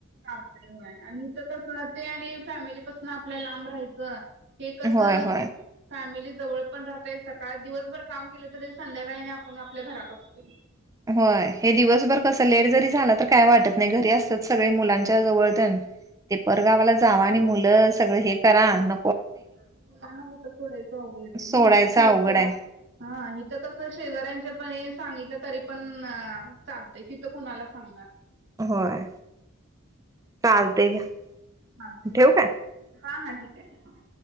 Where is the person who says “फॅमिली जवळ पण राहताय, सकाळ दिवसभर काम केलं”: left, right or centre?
Right